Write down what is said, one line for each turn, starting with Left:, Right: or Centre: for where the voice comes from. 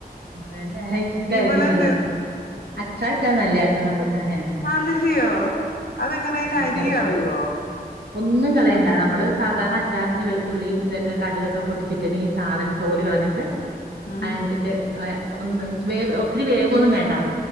Right: അനല്ല ഇഷ്ട
Left: ഇവളും
Right: ആരിക്കും പിള്ളേർക്ക് അച്ചാറ്ട്ടാ നല്ല റമ്പൂട്ടാന്.
Left: ആന്നില്ലയോ അതെങ്ങനെ അതിന്റെ അരി
Right: അച്ചാറിട്ടാ
Left: കളയുവോ.
Right: ഒന്നും കളയണ്ട നമ്മള് സാധാരണ അച്ചാറിന് വെളുത്തുള്ളിയും ഇതൊക്കെ കടുകൊക്കെ പൊട്ടിച്ചിട്ടിന് ഈ സാധനം തോലും കളഞ്ഞിട്ട്
Left: ഉം
Right: അതിനത്തിട്ട് ഒന്ന് വേ ഒത്തിരി വേവൊന്നും വേണ്ട.